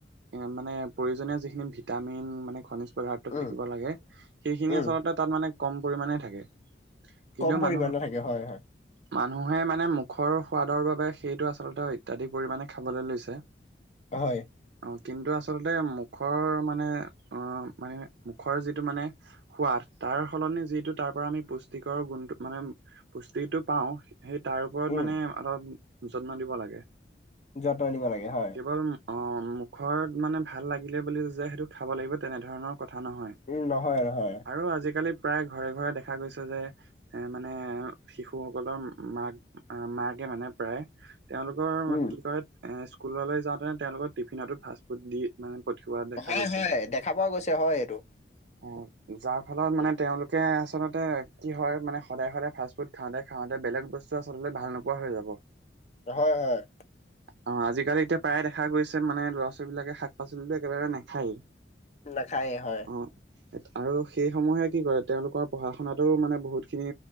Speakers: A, on the right; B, on the left.
A: এ মানে প্ৰয়োজনীয় যিখিনি ভিটামিন মানে খনিজ
B: উম
A: থাকিব লাগে সেইখিনিয়ে
B: উম
A: আচলতে তাত মানে কম পৰিমণে থাকে কিন্তু
B: কম পৰিমাণে
A: মানুহ
B: থাকে হয় হয়।
A: মানুহে মানে খৰ সোৱাদৰ বাবে সেইটো আচলতে অত্যাধিক পৰিমাণে খাবলৈ লৈছে
B: হয়
A: অ কিন্তু আচলতেোক মুখৰ মানে অ মানে মুখৰ যিটো মানে সোৱাদ তাৰ সলনি যিটো তাৰ ত পৰা আমি পুষ্টিকৰ গুণ মানে পুষ্টিটো পাওঁ সেই তাৰ ওপৰত
B: উম
A: মানে অলপ যত্ন দিব লাগে
B: যত্ন দিব লাগে হয়
A: কেৱল অ ঘৰত মানে ভাল লাগিলে বুলি যোয় সেইটোোক খাব লাগিব তেনেধৰণৰ ক নহয়
B: উম নহয় নহয়
A: আৰু আজিকালি প্ৰায় ঘৰে ঘৰে দেখা গৈছে যে এ মানে শিশুসকলৰ মাক মাকে মানে প্ৰায় তেওঁলোকৰ
B: উম।
A: কি কৰে এ স্কুললৈ যাওঁতেনে তেওঁলোকৰ টিফিনতো ফাষ্ট ফুড দি মানে পঠিওৱা দেখা
B: হয়
A: গৈছে।
B: হয় দেখা পোৱা গৈছে হয় এইটো
A: অ যাৰ ফলত মানে
B: উম
A: তেওঁলোকে আচলতে কি হয় মানে সদায় সদায় ফাষ্ট ফুড খাওঁতে খাওঁতে বেলেগ বস্তু আচলতে ভাল নোপোৱা হৈ যাব
B: হয় হয়
A: অ আজিকালি এতিয়া প্ৰায় দেখা গৈছে মানে ল'ৰা ছোৱালবলাকে শাক পাচলিতো একেবাৰে নাখায়েই
B: নাখায়ে হয়
A: অ আৰু সেইসমূহে কি কৰে তেওঁলোকৰ পঢ়া শুনাাতোও মানে বহুত খিনি